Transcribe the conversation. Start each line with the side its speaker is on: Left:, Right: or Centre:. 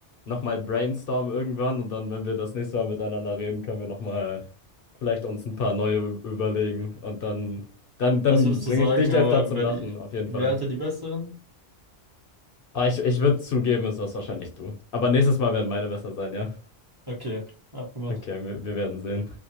Left: noch mal brainstormen irgendwann und dann, wenn wir das nächste Mal miteinander reden, können wir nochmal vielleicht uns ein paar neue überlegen und dann, dann, dann
Right: Was würdest
Left: bringe
Right: du sagen,
Left: ich dich
Right: aber
Left: öfter zum
Right: wer
Left: Lachen,
Right: die,
Left: auf jeden
Right: wer
Left: Fall.
Right: hatte die besseren?
Left: Aber ich, ich würde zugeben, es warst wahrscheinlich du. Aber nächstes Mal werden meine besser sein, ja?
Right: Okay, abgemacht.
Left: Okay, wir, wir werden sehen.